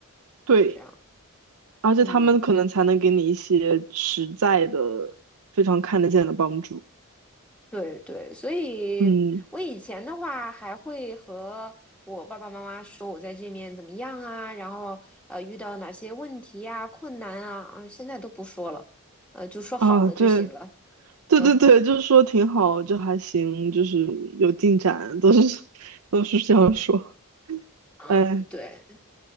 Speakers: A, on the right; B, in the centre.
A: 对，
B: 这样，
A: 而且他们可能才能给你一些实在的、
B: 嗯，
A: 非常看得见的帮助。
B: 对对，所以我以前的话还会和我爸爸妈妈说我在这面怎么样啊，
A: 嗯，
B: 然后呃遇到哪些问题呀、困难啊，嗯，现在都不说了，呃，就说好的就行了。
A: 啊，对，对对对，
B: 嗯。
A: 就是说挺好，就还行，就是有进展，都是 <laughs> 都是这样说。
B: 嗯，
A: 哎，
B: 对，